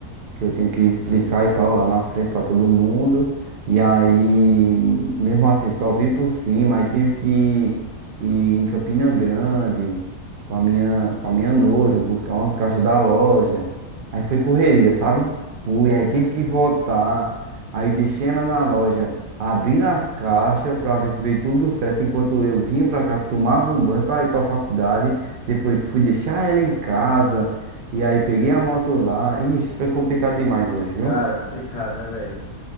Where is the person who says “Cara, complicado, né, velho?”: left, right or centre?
Left